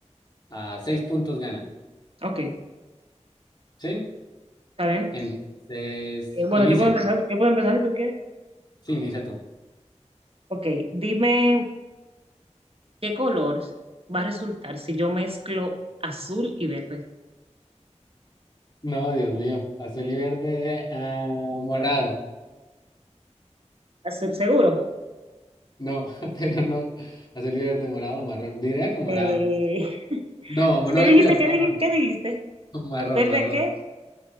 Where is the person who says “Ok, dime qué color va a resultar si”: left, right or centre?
Right